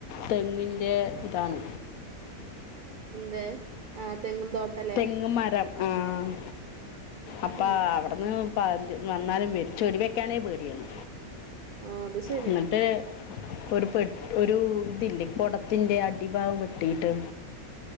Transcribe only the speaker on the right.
എന്തെ ആഹ് തെങ്ങും തോട്ടല്ലേ?
ആ
ആ അത് ശരിയാ